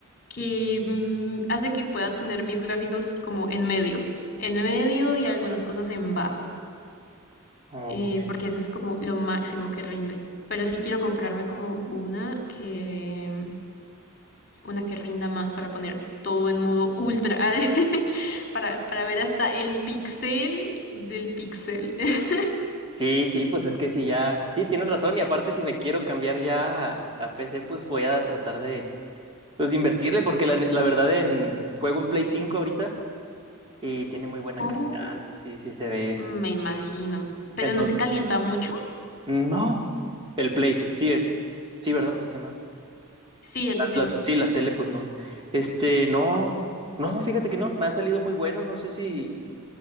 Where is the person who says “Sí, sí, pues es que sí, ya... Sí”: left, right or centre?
Right